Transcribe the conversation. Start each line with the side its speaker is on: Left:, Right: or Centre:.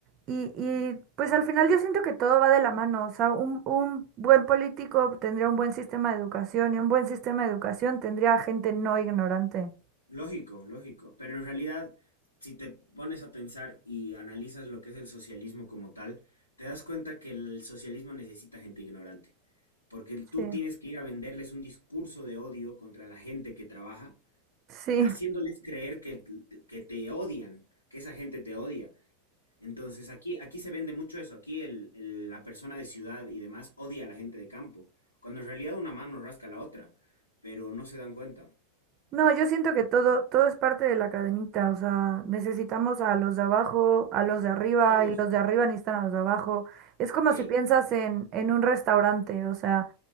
Right: y, y pues al final yo siento que todo va de la mano, o sea, un, un buen político tendría un buen sistema de educación y un buen sistema de educación tendría gente no ignorante.
Left: lógico, lógico. Pero en realidad, si te pones a pensar y analizas lo que es el socialismo como tal, te das cuenta que el socialismo necesita gente ignorante. Porque tú
Right: Sí,
Left: tienes que ir a venderles un discurso de odio contra la gente que trabaja,
Right: sí.
Left: haciéndoles creer que, que te odian, que esa gente te odia. Entonces aquí, aquí se vende mucho eso. Aquí el- el- la persona de ciudad y demás odia a la gente de campo, cuando en realidad una mano rasca la otra, pero no se dan cuenta.
Right: No, yo siento que todo, todo es parte de la cadenita, o sea, necesitamos a los de abajo, a los de arriba,
Left: Todos,
Right: y los de arriba necesitan a los de abajo. Es como
Left: sí,
Right: si piensas en, en un restaurante, o sea,